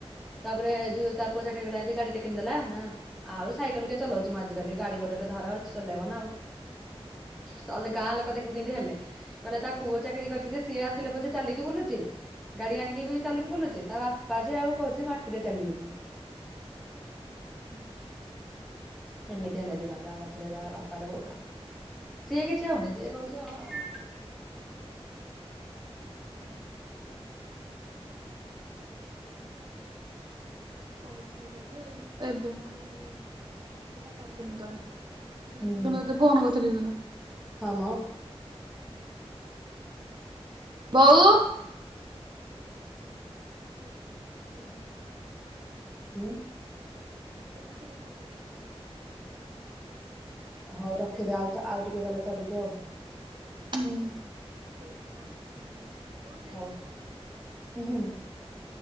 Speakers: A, in the centre; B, on the right (about 45°).
A: ତାପରେ ଯଉ ତା। ପୁଅ ଚାକିରି କଲା ଯେନ୍ତି ଗାଡି ଟା କିଣି ଦେଲା ନା ଆଉ ସାଇକେଲ କିଏ ଚଲଉଛି ମ ଆଜିିକାଲି ଗାଡି ଗୋଟେ ଧର ଚଲେଇବ ନା ଆଉ। ଶଲେ ଗାଁ ଲୋକ ଦେଖିବୁ କେମତି ହେଲେ କହିଲେ ତା ପୁଅ ଚାକିରି କରିଛି ଯେ ସିଏ ଆସିଲେ ପଛେ ଚାଲି କି। ବୁଲୁଛି ଗାଡି ଆଣିକି ବି ଚାଲିକି ବୁଲୁଛି ତା ବା ପା ଯେ ଆଉ କହୁଛି ମାଟିରେ ଚାଲିବନି।
B: ହୁଁ।
A: ହେମିତି ହେଲେ ଦି ଜଣ ଯାକ ମଝିରେ ତା ବାପାର ବୋଉ ର। ସିଏ କିଛି ହଉନି ସିଏ କହୁଛି ହଁ।
B: <unintelligible> ହୁ୍ ହୁଁ। କହିଥିଲି ତ ଯେ ଏବେ ମ ଏଇ ଯୋଉ ସାତ ଆଠ ଦିନ ତଳେ। ଯେ
A: ହୁଁ
B: ଯୋଉ ଦିନ ତତେ ଫୋନ କରିଥୀଲି ଯୋଉ ଦିନ ‌।
A: ହଁ ମ।
B: ବୋଉ ‌ <inaudible>
A: ହୁଁ।
B: କିଏ ଗୋଟେ ଖଡ଼ ଖଡ଼ କଲା‌‌ ଭୁତ ନା କଣ ‌
A: ହଉ ରଖିଦେ ଆଉ ଆଉ ଟିକେ ଗଲେ କରିବୁ ଆଉ ‌
B: ହୁଁ। ଫୋନ ନେଇ
A: ହଉ
B: ବଇଥିଲୁ ବୋଧେ।
A: ହୁଁ